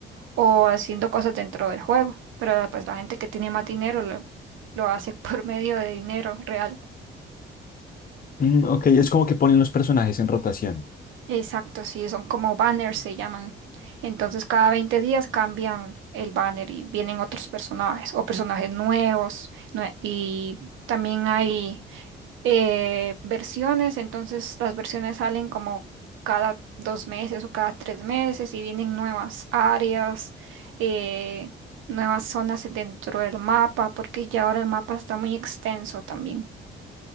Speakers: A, on the right; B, on the left.
A: o haciendo cosas dentro del juego. Pero pues la gente que tiene más dinero lo, lo hace <laughs> por medio de dinero real.
B: Mm, ok, es como que ponen los personajes en rotación.
A: Exacto, sí, son como banners se llaman. Entonces cada 20 días cambian el banner y vienen otros personajes o personajes nuevos. nue- y también hay eh, versiones, entonces las versiones salen como cada dos meses o cada tres meses y vienen nuevas áreas, eh, nuevas zonas dentro del mapa, porque ya ahora el mapa está muy extenso también.